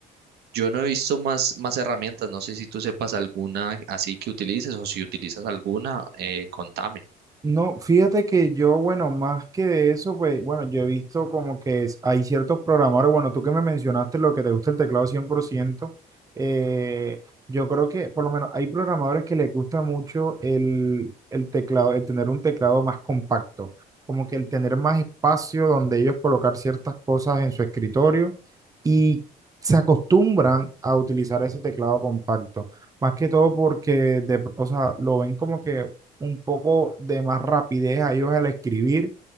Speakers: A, on the right (about 70°); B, on the right (about 20°).
A: yo no he visto más, más herramientas, no sé si tú sepas alguna así que utilices o si utilizas alguna, eh, contame.
B: No, fíjate que yo, bueno, más que de eso, pues, bueno, yo he visto como que es- hay ciertos programadores, bueno, tú que me mencionaste lo que te gusta el teclado 100%, eh, yo creo que por lo menos hay programadores que les gusta mucho el, el teclado, el tener un teclado más compacto, como que el tener más espacio donde ellos colocar ciertas cosas en su escritorio y se acostumbran a utilizar ese teclado compacto. Más que todo porque, de, pr- o sea, lo ven como que un poco de más rapidez a ellos al escribir.